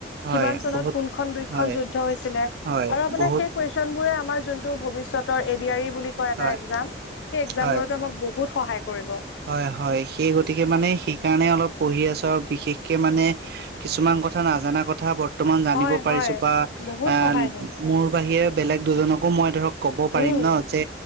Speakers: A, on the right; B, on the left.
A: হয়
B: কিমান চনত
A: বহুত
B: কোনখন দুইখন
A: হয়
B: যুদ্ধ- হৈছিলে
A: হয়
B: আৰু আপোনাৰ
A: বহুত
B: সেই কুৱেচনবিলাকে আমাৰ ভৱিষ্যৎতৰ এডিআৰই বুলি- এটা
A: হয়
B: একজাম, সেই একজাম
A: হয়
B: বোৰতো আমাক বহুত সহায় কৰিব।
A: হয়, হয়। সেই গতিকে মানে সেইকাৰণে অলপ পঢ়ি আছো আৰু বিশেষকে মানে- কিছুমান কথা, নাজানা কথা বৰ্তমান জানিব
B: হয় হয়
A: পাৰিছো বা
B: বহুত
A: এ-
B: সহায় হয়
A: মোৰ বাহিৰে বেলেগ দুজনকো মই ধৰক ক'ব পাৰিম
B: উম
A: ন যে